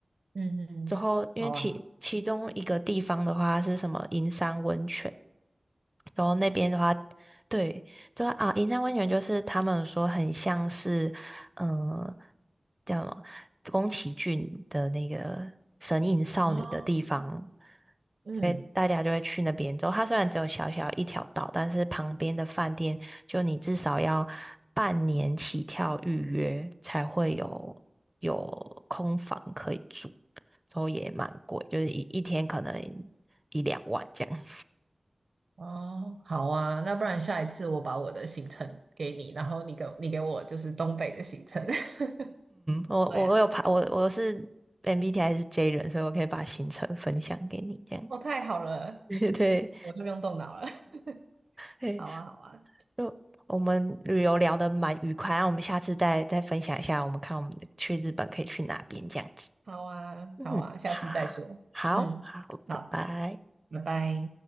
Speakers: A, on the right; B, on the right.
A: 嗯嗯，
B: 之后，
A: <laughs>
B: 因为其其中一个地方的话是什么银山温泉。
A: 好啊。
B: 然后那边的话，对，就啊，银山温泉就是他们说很像是，嗯、叫什么宫崎骏的那个神隐少女的地方，
A: 哦，嗯。
B: 所以大家就会去那边。之后它虽然只有小小一条道，但是旁边的饭店就你至少要半年起跳预约才会有有空房可以住，之后也蛮贵，就是一一天可能一两万这样。
A: 哦，好啊，那不然下一次我把我的行程给你，然后你给你给我就是东北的行程。<laughs>
B: 我我我有排我我是
A: 对啊，对啊，
B: MBTI 是 J 人，所以我可以把行程分享给你，这样。
A: 哦，太好了，
B: <laughs> 对对，
A: 我就不用动脑了。<laughs>
B: 对
A: 好啊，好啊，
B: 就我们旅游聊得蛮愉快，那我们下次再再分享一下，我们看我们去日本可以去哪边这样子。
A: 好啊，
B: 嗯，
A: 好啊，下次再说。
B: 好，好，
A: 嗯，
B: 好，
A: 好，
B: 拜拜。
A: 拜拜。